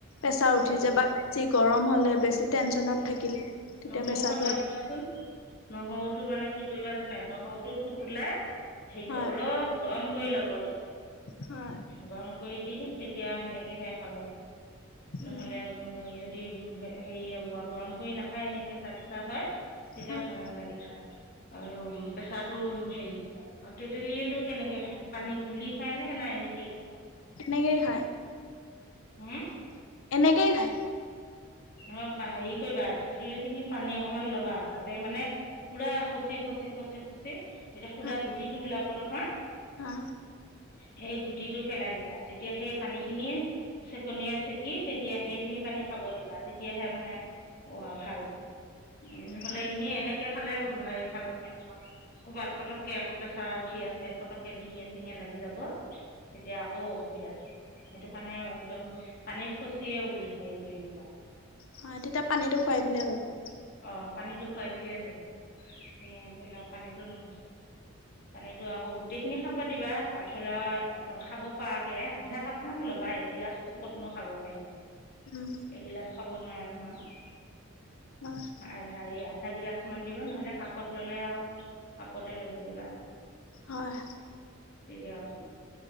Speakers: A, on the left (about 70°); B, on the left (about 40°).
A: প্ৰেছাৰ
B: হয়
A: উঠি যাব বেছি গৰম হলে বেছি - টেনচনত
B: অঁ
A: থাকিলে তেতিয়া
B: নহৰু
A: প্ৰেছাৰটো
B: খাব
A: উঠি
B: দিবাচোন
A: যায়।
B: নহৰুটো মানে কি কৰিবা জানে নহৰুটো - ফুত ওলাই হেৰি
A: হয়
B: কৰি অলপ গৰম কৰি লব দিবা।
A: হয়।
B: গৰম কৰি দি তেতিয়া সেনেকেহে খাব। নহলে
A: উম
B: য দি হেৰি গৰম কৰি নাখায় এনে কেঁচা কেঁচা হয়, তেতিয়া
A: হয়
B: ভাল নালাগে খাই। আৰু প্ৰেছাৰটো হেৰি নহয়। অ' তেতেলীটো কেনেকে খায় পানী গুলি খাই নে না এনেকেই খায়?
A: তেনেকেই খায়।
B: হু?
A: এনেকেই খাই।
B: অ' হেৰি কৰিবা তেতেলী খিনি পানী অকমান ল'বা, তাতে মানে - পুৰা খচি খচি খচি খচি তেতিয়া সুদা
A: হয়
B: গুটিটো ওলাব নহয় -
A: হয়
B: সেই গুটিটো পেলাই দিবা। তেতিয়া সেই পানী খিনি - ছেকনিয়ে ছেকি তেতিয়া সেইখিনি পানীয়ে খাব দিবা। তেতিয়াহে মানে অ'ৱা ভাল। উম নহ'লে
A: হয়
B: এনেই এনে কে খালে হেৰি ভাল নহয়। ক'বাত পতককে আকৌ পেছাৰ উঠি আছে পতককে ডিঙিয়ে চিঙিয়ে লাগি যাব - তেতিয়া আকৌ অসুবিধা হে। সেইটো কাৰণে একদম পানীত খচিয়ে ওল হেৰি কৰি দিবা।
A: হয়, তেতিয়া পানীটো খুৱাই দিলে হৈ গ'ল।
B: অ' পানীটো খুৱাই দিলেই হ'ল। এনেই ধৰিল পানীটো নো - পানীতো আকৌ গোটেইখিনি খাব দিবা। ধৰিল খাব পৰাকে আধা কাপ মান ল'বা এগিলাচ - টো ক'ত নো খাব পাৰিব।
A: উম।
B: এগিলাচ খাব নোৱাৰে নহয়।
A: হয়।
B: আধা সেই আধা গিলাচ মান দিবা, নহলে কাপত ললে আও - কাপতে ল'ব দিবা।
A: হয়।
B: তেতিয়া -